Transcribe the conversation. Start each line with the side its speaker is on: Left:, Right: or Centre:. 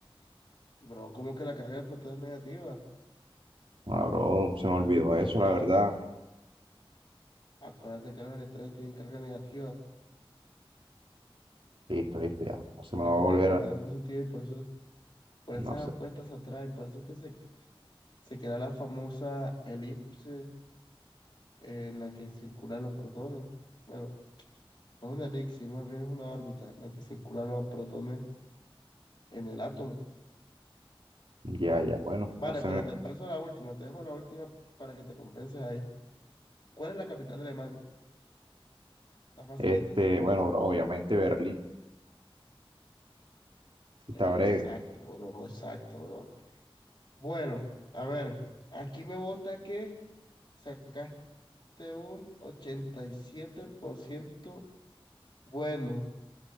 Left: Bro, ¿cómo que la carga del protón es negativa?
Right: Ah, bro, se me olvidó eso,
Left: O sea,
Right: la verdad.
Left: acuérdate que los electrones tienen carga negativa
Right: Listo, listo, ya. No se
Left: y
Right: me
Left: la
Right: va a
Left: carga
Right: volver
Left: del protón
Right: a...
Left: es positiva y por eso, por esas
Right: No sé.
Left: opuestas se atraen. Por eso es que se, se crea la famosa elipse en la que circulan los protones. Bueno, no es una elipse, más bien es una órbita en la que circulan los protones en el átomo.
Right: Ya, ya. Bueno,
Left: Vale,
Right: no se
Left: pero
Right: me...
Left: te paso la última, te dejo la última para que te compenses ahí. ¿Cuál es la capital de Alemania? Está facilita.
Right: Este, bueno, bro, obviamente Berlín. sí
Left: Exacto,
Right: Está breve.
Left: bro, exacto, bro. Bueno, a ver, aquí me vota que sacaste un 87%. Bueno,